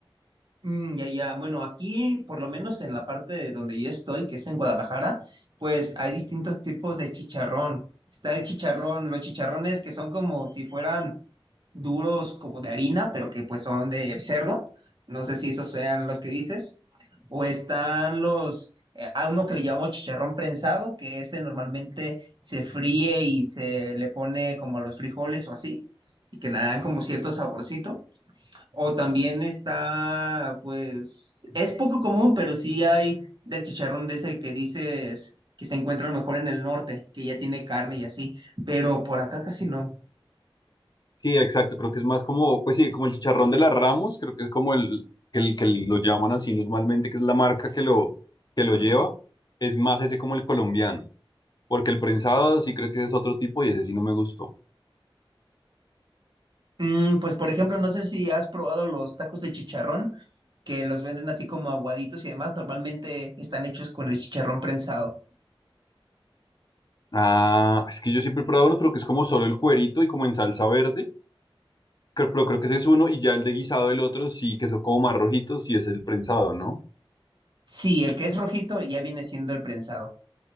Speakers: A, on the right (about 55°); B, on the left (about 45°).
A: Mm, ya, ya. Bueno, aquí, por lo menos en la parte de donde yo estoy, que es en Guadalajara, pues hay distintos tipos de chicharrón. Está el chicharrón, los chicharrones que son como si fueran duros, como de harina, pero que pues son de cerdo. No sé si esos sean los que dices. O están los, eh, a uno que le llamamos chicharrón prensado, que ese normalmente se fríe y se le pone como a los frijoles o así, y que le dan como cierto saborcito. O también está, pues, es poco común, pero sí hay del chicharrón de ese que dices que se encuentra a lo mejor en el norte, que ya tiene carne y así, pero por acá casi no.
B: Sí, exacto, creo que es más como, pues sí, como el chicharrón de las Ramos, creo que es como el que, el, que lo llaman así normalmente, que es la marca que lo, que lo lleva, es más ese como el colombiano, porque el prensado sí creo que ese es otro tipo y ese sí no me gustó.
A: Mm, pues, por ejemplo, no sé si has probado los tacos de chicharrón, que los venden así como aguaditos y demás, normalmente están hechos con el chicharrón prensado.
B: Ah, es que yo siempre he probado uno, pero que es como solo el cuerito y como en salsa verde, cre- pero creo que ese es uno y ya el de guisado del otro sí, que son como más rojitos, sí es el prensado, ¿no?
A: Sí, el que es rojito ya viene siendo el prensado.